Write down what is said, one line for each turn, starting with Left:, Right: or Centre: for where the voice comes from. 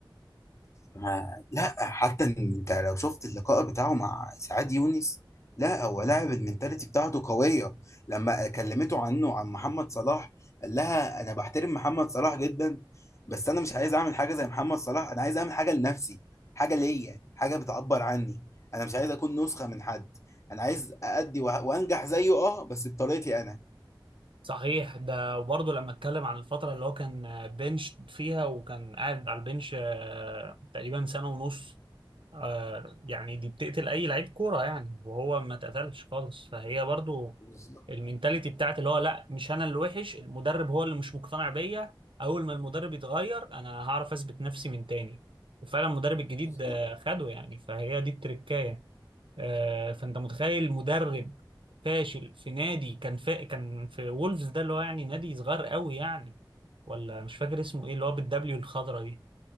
Left: ما- لا حتى إن انت لو شفت اللقاء بتاعه مع سعاد يونس لا هو لاعب المنتاليتي بتاعته قوية لما كلمته عنه عن محمد صلاح قال لها انا بحترم محمد صلاح جدا بس انا مش عايز اعمل حاجة زي محمد صلاح انا عايز اعمل حاجة لنفسي حاجة ليا حاجة بتعبر عني انا مش عايز اكون نسخة من حد انا عايز اأدي وه- وانجح زيه اه بس بطريقتي انا
Right: صحيح ده برضه لما اتكلم عن الفترة اللي هو كان بنش فيها وكان قاعد على البنش آه، تقريبا سنة ونص آه يعني دي بتقتل اي لعيب كوره يعني وهو ما اتقتلش خالص فهي برضو
Left: بالظبط
Right: المينتاليتي بتاعت اللي هو لا مش انا اللي وحش المدرب هو اللي مش مقتنع بيا اول ما المدرب يتغير انا هعرف اثبت نفسي من تاني وفعلا المدرب الجديد
Left: بالظبط
Right: آه، خده يعني فهي دي التركايه آه فانت متخيل مدرب فاشل في نادي كان فا كان في وولفز ده اللي هو يعني نادي صغير قوي يعني ولا مش فاكر اسمه ايه اللي هو بالدبليو الخضرا دي